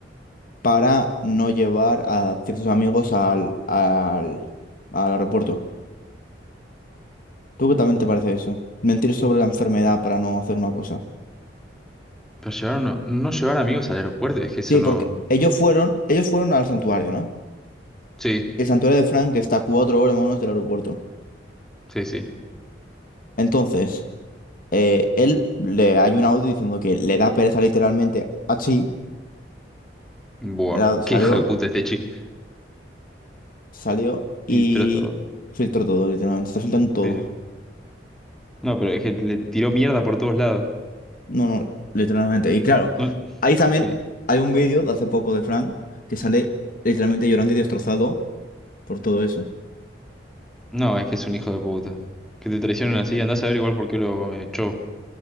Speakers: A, on the left; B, in the centre.
A: para no llevar a ciertos amigos al, al, al aeropuerto. ¿Tú qué también te parece eso? Mentir sobre la enfermedad para no hacer una cosa.
B: Pero llevar no, no llevar amigos al aeropuerto, es que eso
A: Sí,
B: no.
A: porque ellos fueron, ellos fueron al santuario, ¿no?
B: Sí,
A: El santuario de Frank está a cuatro horas más o menos del aeropuerto.
B: sí, sí.
A: Entonces, eh, él le hay un audio diciendo que le da pereza literalmente a Chi
B: Buah.
A: Era- salió,
B: Qué hijo de puta este chico.
A: salió y
B: Filtró todo.
A: filtró todo, literalmente. Está filtrando todo.
B: Sí, sí. No, pero es que le tiró mierda por todos lados.
A: No, no, literalmente. Y claro,
B: No,
A: ahí también
B: sí.
A: hay un vídeo de hace poco de Frank que sale literalmente llorando y destrozado por todo eso.
B: No, es que es un hijo de puta. Que te traicionen así, andás a ver igual por qué lo echó.